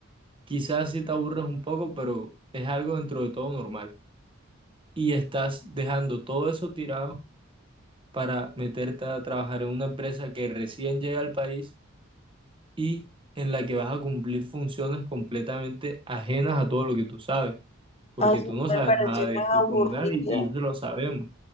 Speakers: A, on the right (about 25°); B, on the left (about 30°).
A: Quizás sí te aburres un poco, pero es algo dentro de todo normal. Y estás dejando todo eso tirado para meterte a trabajar en una empresa que recién llega al país y en la que vas a cumplir funciones completamente ajenas a todo lo que tú sabes. porque
B: Ay, sí,
A: tú no
B: me
A: sabes
B: parece
A: nada de
B: tan
A: criptomonedas
B: aburrida.
A: y, y eso lo sabemos.